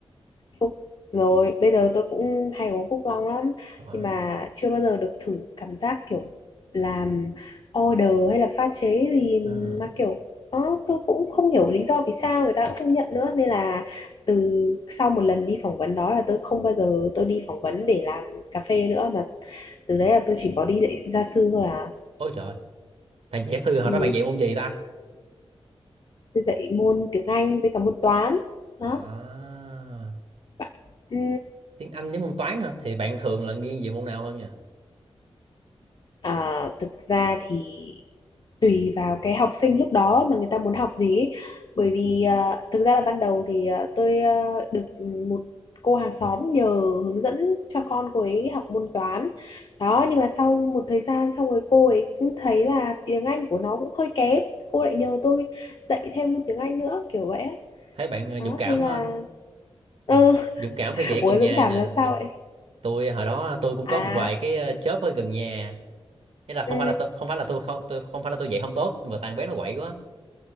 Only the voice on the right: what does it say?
wow
Ờ.
ôi trời thằng kỹ sư hồi
đó bạn dạy môn gì ta
À,
tiếng Anh với môn toán hả? Thì bạn thường là nghiêng về môn nào hơn nhỉ?
Thấy bạn ờ,
dũng cảm
ờ, dũng,
dũng cảm
phải dạy
gần
nhà
nha.
Dũng.
Tôi hồi đó tôi cũng
có một vài cái ờ, chớp ở gần nhà. Thế là không
phải là tôi không phải là tôi không tôi không phải là tôi dạy không tốt nhưng mà thằng bé nó quậy quá